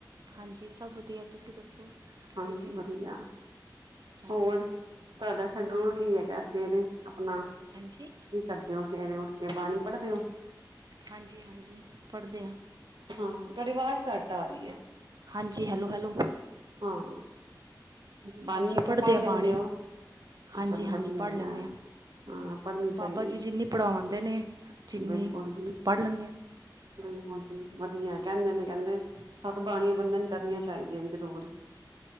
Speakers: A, on the right; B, on the right.
A: ਹਾਂਜੀ ਸਭ ਵਧੀਆ ਤੁਸੀਂ ਦੱਸੋ
B: ਹਾਂਜੀ
A: ਕਿਵੇਂ ਹੋ
B: ਵਧੀਆ
A: ਹਾਂਜੀ
B: ਹੋਰ ਤੁਹਾਡਾ ਸ਼ਡਊਲ ਕੀ ਹੈਗਾ ਸਵੇਰੇ ਆਪਣਾ
A: ਹੇਂਜੀ-
B: ਕੀ ਕਰਦੇ ਹੋ ਸਵੇਰੇ ਉੱਠ ਕੇ ਬਾਣੀ ਪੜ੍ਹਦੇ ਓ
A: ਹਾਂਜੀ-ਹਾਂਜੀ ਪੜ੍ਹਦੇ ਆਂ
B: ਹਾਂ ਤੁਹਾਡੀ ਆਵਾਜ਼ ਘੱਟ ਆ ਰਹੀ ਐ
A: ਹਾਂਜੀ ਹੈਲੋ-ਹੈਲੋ
B: ਹਾਂ ਬਾਣੀ
A: ਹਾਂਜੀ
B: ਮੈਂ ਕੇਆ
A: ਪੜ੍ਹਦੇ
B: ਪੜ
A: ਆ
B: ਲੈਂਦੇ
A: ਬਾਣੀ
B: ਹੋ? ਅਹ
A: ਹਾਂਜੀ
B: ਚੱਲ
A: ਹਾਂਜੀ
B: ਵਧੀਆ
A: ਪੜ੍ਹ
B: ਹੈਗਾ
A: ਲੈਂਦੇ ਹਾਂ
B: ਹਾਂ ਪੜ੍ਹਨੀ ਚਾਹੀਦੀ
A: ਬਾਬਾ ਜੀ
B: ਐ
A: ਜਿੰਨੀ ਪੜ੍ਹਾਉਂਦੇ ਨੇ ਜਿੰਨੀ
B: ਬਿਲਕੁਲ ਜੀ
A: ਪੜ੍ਹ ਲੈਂਦੇ ਹਾਂ
B: ਬਿਲਕੁਲ ਜੀ ਵਧੀਆ ਕਹਿੰਦੇ ਨੇ ਕਹਿੰਦੇ ਸੱਤ ਬਾਣੀਆਂ ਬੰਦੇ ਨੂਂ ਕਰਨੀਆਂ ਚਾਹੀਦੀਆਂ ਜਰੂਰ